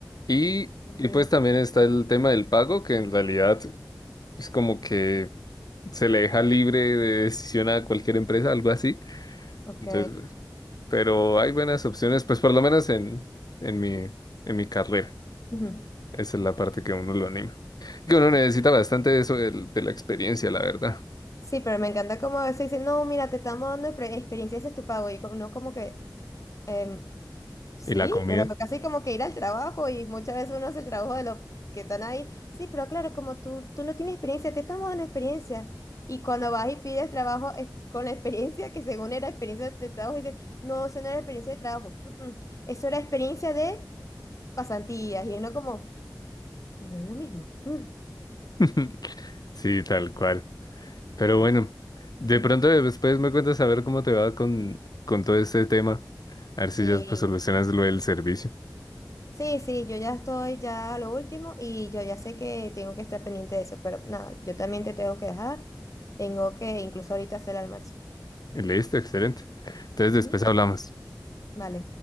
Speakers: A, on the left; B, on the left.
A: y,
B: Dios mío.
A: y pues también está el tema del pago, que en realidad es como que se le deja libre de decisión a cualquier empresa, algo así.
B: Ok.
A: Entonces, pues, pero hay buenas opciones, pues por lo menos en, en mi, en mi carrera.
B: Ujú.
A: Esa es la parte que a uno lo anima. Que uno necesita bastante de eso del- de, la experiencia, la verdad.
B: Sí, pero me encanta cómo a veces dicen, no, mira, te estamos dando pre- experiencia, ese es tu pago. Y co- uno como que, em, Sí,
A: Y la comida.
B: pero casi como que ir al trabajo y muchas veces uno hace el trabajo de los que están ahí. Sí, pero claro, como tú, tú no tienes experiencia, te estamos dando experiencia. Y cuando vas y pides trabajo es con la experiencia, que según era experiencia de trabajo, dicen, no, eso no era experiencia de trabajo. mm, mm, Eso era experiencia de pasantías. Y uno como, y no es lo mismo. mm".
A: <laughs> Sí, tal cual. Pero bueno, de pronto después me cuentas a ver cómo te va con, con todo este tema. A ver si
B: Sí,
A: ya pues solucionas lo del servicio.
B: sí, sí, yo ya estoy ya a lo último y yo ya sé que tengo que estar pendiente de eso, pero nada, yo también te tengo que dejar. Tengo que incluso ahorita hacer el almuerzo.
A: Y Listo, excelente. Entonces después
B: Ujú.
A: hablamos.
B: Vale.